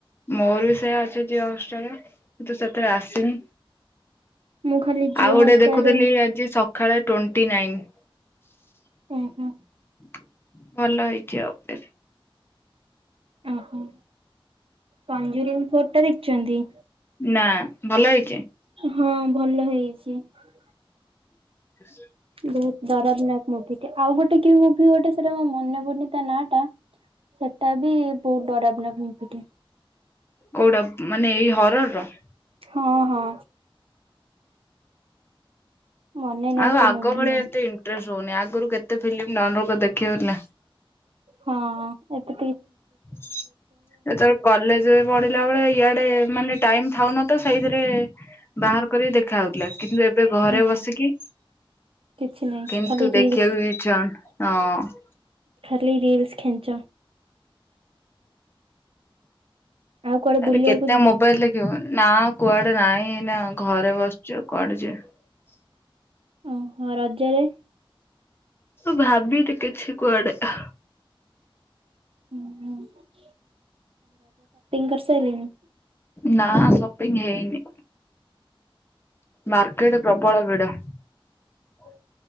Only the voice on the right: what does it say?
ମୁଁ ଖାଲି ଜିଓ
ହଟଷ୍ଟାରରେ
ଓହୋ
ଓହୋ ପଞ୍ଜୁରୀମ ଫଟ ଦେଖିଛନ୍ତି
ହଁ, ଭଲ ହେଇଚି ।
ବହୁତ ଡରବନାୟକ ମୁଭି ଟେ, ଆଉ ଗୋଟେ କି ମୁଭି ଗୋଟେ ସେଟା ମୋ ମନେ ପଡୁନି, ତା ନା ଟା ସେଟା ବି ବହୁତ ଡରବନାୟକ ମୁଭି ଟେ ।
ହଁ, ହଁ ମନେ ନାହିଁ
ସେ
ମୁଭି
ନାଁ।
ହଁ, ଏତେ
ହଁ
କିଛି ନାହିଁ
ଖାଲି ରିଲସ
ଖାଲି ରିଲସ ଖେଞ୍ଚ। ଆଉ, କୁଆଡେ
ବୁଲିବାକୁ
ଯିବେ?
ଓହୋ, ରଜରେ
ହୁଁ, ଉଁ କରିସାରିଲେଣି?